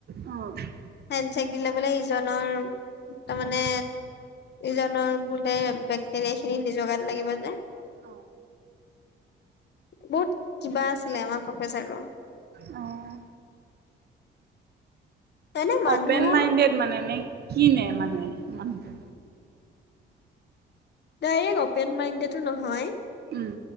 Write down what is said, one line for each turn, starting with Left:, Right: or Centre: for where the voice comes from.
Right: অ'!
Left: হেণ্ডচেক দিলে বোলে ইজনৰ, তাৰমানে
Right: অ',
Left: ইজনৰ, বোলে, বেক্টেৰিয়া খিনি নিজৰ গাত লাগিব যে।
Right: অ',
Left: বহুত কিবা আছিলে, আমাৰ প্ৰফেচাৰটো।
Right: অ'!
Left: মানে মানুহ
Right: অপেন মাইণ্ডেড মানে, নে কিনে মানে, মানুহটো?
Left: ডাইৰেক্ট অপেন মাইণ্ডডেটো নহয়।
Right: উম।